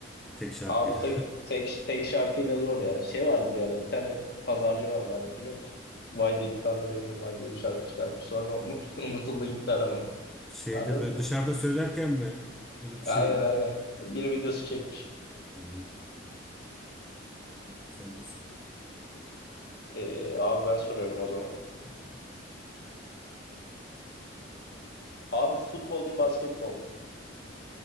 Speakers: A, in the centre; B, on the left.
A: tek şarkıyla.
B: Abi tek tek tek şarkıyla zor ya. Şey vardı bir ara bir tane pazarcı vardı abi hatırlıyor musun? Vay delikanlı gönlüm vay diye bir şarkı çıkartmış. Sonra onu- <laughs> unutuldu gitti adamın.
A: <laughs> Şeyde
B: Anladın
A: böyle
B: mı?
A: dışarıda söylerken mi böyle bir şey?
B: Aynen aynen. Bir videosu çekmiş.
A: Hmm. Evet, sende sıra.
B: E, abi ben soruyorum o zaman.
A: Dur bakalım.
B: Abi futbol mu basketbol mu?